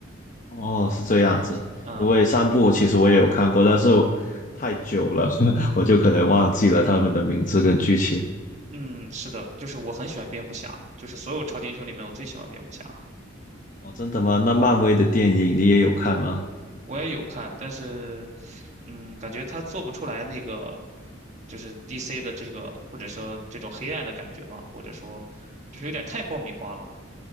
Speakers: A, on the left (about 40°); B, on the right (about 35°).
A: 哦，是这样子。
B: 嗯
A: 因为三部其实我也有看过，但是我太久了，<laughs> 我就可能忘记了他们的名字跟剧情。
B: 嗯，是的，就是我很喜欢蝙蝠侠，就是所有超级英雄里面我最喜欢蝙蝠侠。
A: 哦，真的吗？那漫威的电影你也有看吗？
B: 我也有看，但是，嗯，感觉他做不出来那个，就是 DC 的这个，或者说这种黑暗的感觉吧，或者说，就是有点太爆米花了，